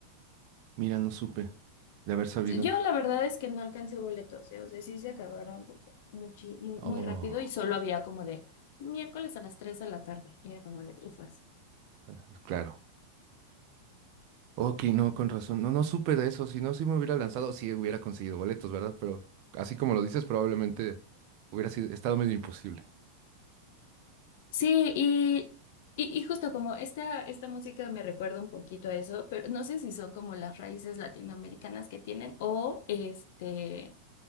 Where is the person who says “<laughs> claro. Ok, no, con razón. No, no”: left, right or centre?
Right